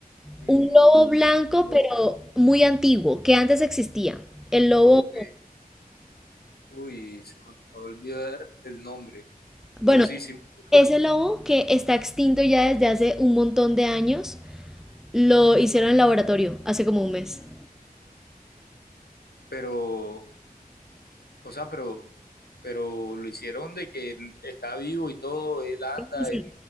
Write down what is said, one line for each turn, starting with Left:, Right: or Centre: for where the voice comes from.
Left: Mm,
Centre: Un lobo blanco,
Left: lo,
Centre: pero muy antiguo, que antes existía. El lobo,
Left: ok. Uy, se me acabó de olvidar el nombre.
Centre: Bueno,
Left: Pero sí, sí, me acuerdo.
Centre: ese lobo que está extinto ya desde hace un montón de años, lo hicieron en laboratorio hace como un mes.
Left: pero, o sea, pero, pero lo hicieron de que él está vivo y todo, él anda,
Centre: Sí, sí.
Left: él,